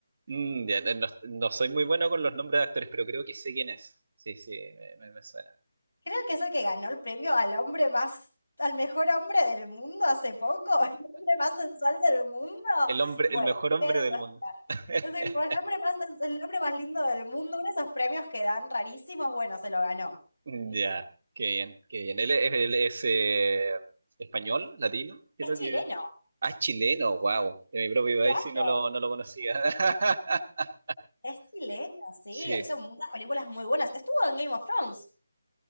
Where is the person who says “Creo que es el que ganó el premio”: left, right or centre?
Left